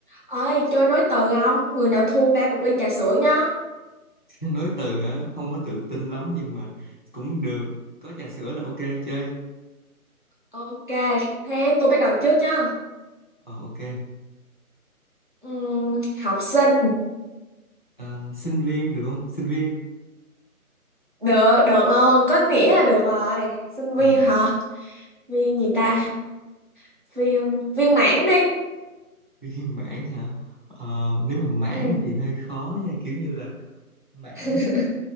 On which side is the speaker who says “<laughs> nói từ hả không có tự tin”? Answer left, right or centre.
Left